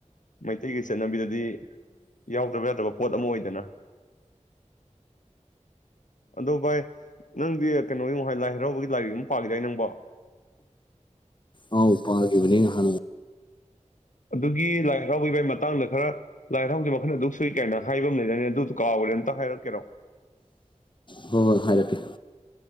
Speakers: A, on the left (about 80°); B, on the left (about 40°).
A: ꯃꯩꯇꯩꯒꯤ ꯆꯠꯅꯕꯤꯗꯗꯤ ꯌꯥꯎꯗꯕ ꯌꯥꯗꯕ ꯄꯣꯠ ꯑꯃꯗꯤ ꯑꯣꯏꯗꯅ ꯑꯗꯣ ꯚꯥꯏ ꯅꯪꯗꯤ ꯀꯩꯅꯣꯒꯤ ꯂꯥꯏ ꯍꯔꯥꯎꯕꯒꯤ ꯂꯥꯏꯔꯤꯛ ꯑꯃ ꯄꯥꯒꯤꯗꯥꯏ ꯅꯪꯕꯣ
B: ꯑꯧ ꯄꯥꯈꯤꯕꯅꯦ ꯅꯍꯥꯟꯃꯨꯛ
A: ꯑꯗꯨꯒꯤ ꯂꯥꯏ ꯍꯔꯥꯎꯕꯒꯤ ꯚꯥꯏ ꯃꯇꯥꯡꯗ ꯈꯔ ꯂꯥꯏ ꯍꯔꯥꯎꯕꯁꯦ ꯃꯈꯜ ꯑꯗꯨꯛ ꯁꯨꯏ ꯀꯩꯅꯅꯣ ꯍꯥꯏꯕ ꯑꯃ ꯂꯩꯗꯥꯏꯅꯦ ꯑꯗꯨꯗꯨ ꯀꯥꯎꯈ꯭ꯔꯦ ꯑꯗꯨꯗꯨ ꯑꯃꯇ ꯍꯥꯏꯔꯛꯀꯦꯔꯣ
B: ꯍꯣꯏ ꯍꯣꯏ ꯍꯥꯏꯔꯛꯀꯦ